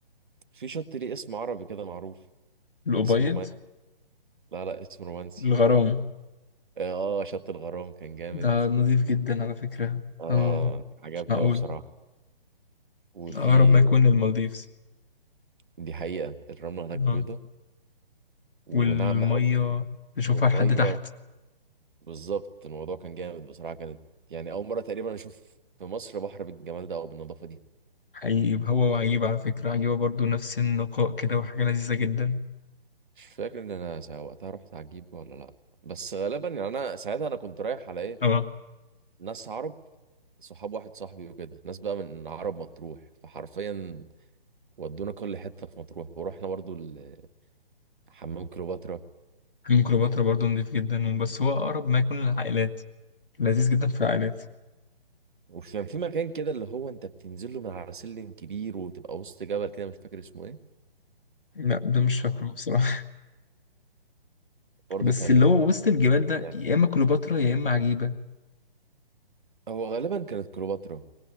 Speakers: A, on the right (about 55°); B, on the left (about 65°).
A: في شط ليه اسم عربي كده معروف
B: الابيض
A: اسم رومانسي لا لا اسم رومانسي
B: الغرام
A: آه آه، شط الغرام كان جامد
B: ده نظيف جدا على فكرة
A: آه
B: اه
A: عجبني
B: مش معقول
A: أوي بصراحة وفي
B: أقرب ما يكون للمالديفز
A: دي حقيقة الرملة هناك
B: اه
A: بيضة وناعمة
B: والمية
A: أوي،
B: نشوفها
A: والميه
B: لحد تحت
A: بالظبط الموضوع كان جامد بصراحة كانت يعني أول مرة تقريبا أشوف في مصر بحر بالجمال ده أو بالنظافة دي
B: حقيقي هو وعجيبة على فكرة عجيبة برضو نفس النقاء كده وحاجة لذيذة جدا
A: مش فاكر إن أنا سا- وقتها رحت عجيبة ولا لأ بس غالبا يعني أنا ساعتها أنا كنت رايح على إيه
B: اه
A: ناس عرب صحاب واحد صاحبي وكده ناس بقى من عرب مطروح فحرفيا ودونا كل حتة في مطروح ورحنا برضو ال- حمام كليوباترا
B: حمام كليوباترا
A: و-
B: برضو نظيف جدا بس هو أقرب ما يكون للعائلات لذيذ جدا في العائلات
A: وكان في مكان كده اللي هو أنت بتنزل له من على سلم كبير وتبقى وسط جبل كده مش فاكر اسمه إيه
B: لا ده مش فاكره بصراحة <laughs>
A: برضو
B: بس
A: كان
B: اللي هو وسط الجبال
A: جامد
B: ده
A: يعني
B: يا إما كليوباترا يا إما عجيبة
A: هو غالبا كانت كليوباترا